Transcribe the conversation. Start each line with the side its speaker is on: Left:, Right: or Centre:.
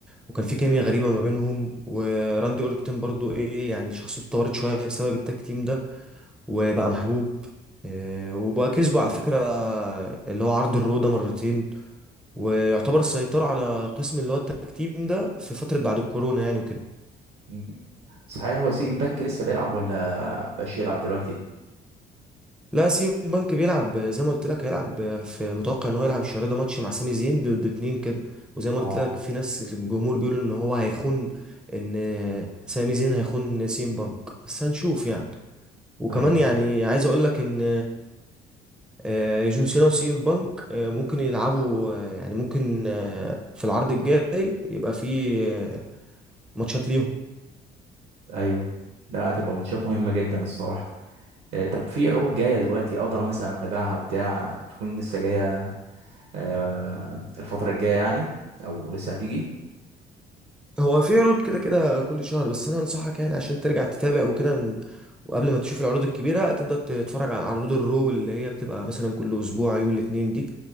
Centre: وكان في كيمياء غريبه ما بينهم وراندي اورتن برضو ايه يعني شخصيته اتطورت شويه بسبب التاك تيم ده وبقى محبوب إيه، وبقى كسبه على فكره اللي هو عرض الرو ده مرتين ويعتبر السيطرة على قسم اللي هو التاك تيم ده في فترة بعد الكورونا يعني وكده
Right: مم. صحيح هو سي ام بنك لسه بيلعب ولا مبقاش يلعب دلوقتي
Centre: لا سيم بنك بيلعب زي ما قلت لك هيلعب في متوقع ان هو يلعب الشهر ده ماتش مع سامي زين ضد اتنين كده وزي ما
Right: اه
Centre: قلت لك في ناس في الجمهور بيقولوا ان هو هيخون ان سامي زين هيخون سيم بنك بس هنشوف يعني وكمان
Right: ايوه
Centre: يعني عايز اقول لك ان آه، جون سينا وسيم بانك آه، ممكن يلعبوا آه، يعني ممكن آه، في العرض الجاي يبقى في آه، ماتشات ليهم
Right: ايوه لا هتبقى ماتشات مهمه جدا الصراحه آه، طب في عروض جايه دلوقتي اقدر مثلا اتابعها بتاع تكون لسه جايه آه، الفترة الجاية يعني أو لسه هتيجي
Centre: هو في عروض كده كده كل شهر بس انا انصحك يعني عشان ترجع تتابع وكده ن- وقبل ما تشوف العروض الكبيره تبدا تتفرج على عروض الرو اللي هي بتبقى مثلا كل اسبوع يوم الاثنين دي